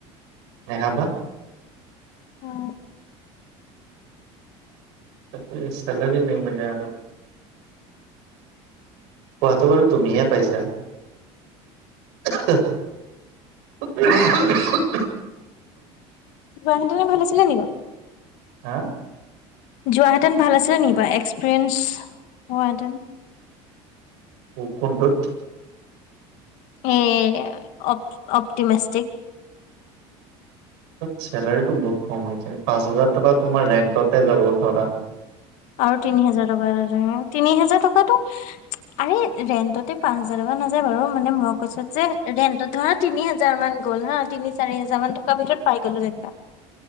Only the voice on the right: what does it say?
নেহা বা
ত ছেলাৰি নিমিলে। কোৱাটো বাৰু তুমিয়ে পাইছা। <unintelligible>
হা।
কো কোনটোত?
চেলাৰিটো বহুত কম হৈছে, পাঁচ হাজাৰ টকা তোমাৰ ৰেণ্টতে যাব ধৰা